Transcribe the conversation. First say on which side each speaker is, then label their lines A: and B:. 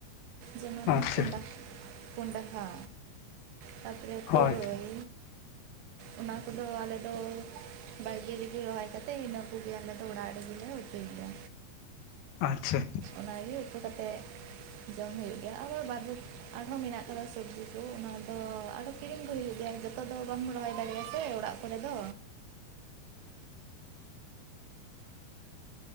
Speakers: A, on the right; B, on the left.
A: ᱡᱮᱢᱚᱱ
B: ᱟᱪᱪᱷᱟ
A: ᱠᱚᱸᱰ ᱠᱚᱸᱰᱟᱦᱟ ᱛᱟᱯᱚᱨᱮ ᱯᱩᱨᱟᱹᱭ᱾
B: ᱦᱳᱭ
A: ᱚᱱᱟ ᱠᱚᱫᱚ ᱟᱞᱮᱫᱚ ᱵᱟᱲᱜᱮ ᱨᱮᱜᱮ ᱨᱚᱦᱚᱭ ᱠᱟᱛᱮᱫ ᱤᱱᱟᱹ ᱠᱚᱜᱮ ᱟᱞᱮ ᱫᱚ ᱚᱲᱟᱜ ᱨᱮᱜᱮᱞᱮ ᱩᱛᱩᱭ ᱮᱫᱟ᱾
B: ᱟᱪᱪᱷᱟ,
A: ᱚᱱᱟᱜᱮ ᱩᱛᱩ ᱠᱟᱛᱮᱫ, ᱡᱚᱢ ᱦᱩᱭᱩᱜ ᱜᱮᱭᱟ ᱟᱫᱚ ᱵᱟᱫ ᱵᱟᱠᱤ ᱟᱨᱦᱚᱸ ᱢᱮᱱᱟᱜ ᱠᱟᱫᱟ ᱥᱚᱵᱡᱤ ᱠᱚ ᱚᱱᱟ ᱫᱚ ᱟᱫᱚ ᱠᱤᱨᱤᱧ ᱫᱚ ᱦᱩᱭᱩᱜ ᱜᱮᱭᱟ ᱡᱚᱛᱚ ᱫᱚ ᱵᱟᱢ ᱨᱚᱦᱚᱭ ᱫᱟᱲᱮᱭᱟᱜᱼᱟ ᱥᱮ ᱚᱲᱟᱜ ᱠᱚᱨᱮ ᱫᱚ᱾